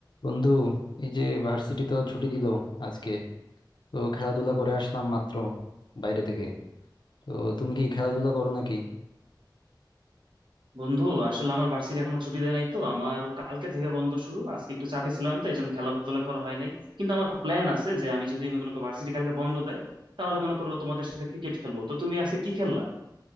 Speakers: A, on the left (about 70°); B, on the right (about 80°).
A: বন্ধু এই যে ভার্সিটি তো ছুটি দিল আজকে তো খেলাধুলা করে আসলাম মাত্র বাইরে থেকে তো তুমি কি খেলাধুলা করো নাকি
B: বন্ধু আসলে আমার ভার্সিটি এখনো ছুটি দেয় নাই তো আমার কালকে থেকে বন্ধ শুরু আজকে একটু চাপে ছিলাম তো এই জন্য খেলাধুলা করা হয় নাই কিন্তু আমার প্ল্যান আছে যে আমি যদি মনে করো ভার্সিটি কালকে বন্ধ দেয় তাহলে মনে করো তোমাদের সাথে ক্রিকেট খেলবো তো তুমি আজকে কি খেললা